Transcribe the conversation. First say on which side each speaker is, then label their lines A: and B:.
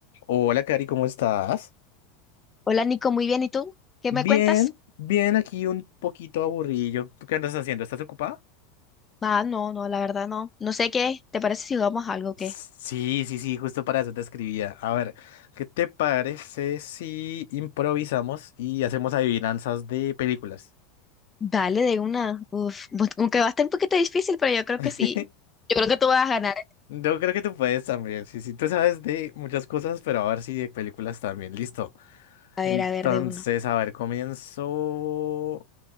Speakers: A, on the left; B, on the left.
A: Hola, Cari, ¿cómo estás?
B: Hola Nico, muy bien. ¿Y tú? ¿Qué
A: Bien,
B: me cuentas?
A: bien, aquí un poquito aburrido. ¿Tú qué andas haciendo? ¿Estás ocupada?
B: Ah, no, no, la verdad no. No sé qué. ¿Te parece si jugamos algo o
A: Sí,
B: qué?
A: sí, sí, justo para eso te escribía. A ver, ¿qué te parece si improvisamos y hacemos adivinanzas de películas?
B: Dale de una. Uf, <laughs> bu- aunque va a estar un poquito difícil, pero yo creo
A: <laughs>
B: que sí. Yo creo que tú vas a ganar.
A: Yo creo que tú puedes también. Sí, sí, tú sabes de muchas cosas, pero a ver si de películas también. Listo.
B: A
A: Entonces,
B: ver, a ver, de una.
A: a ver, comienzo.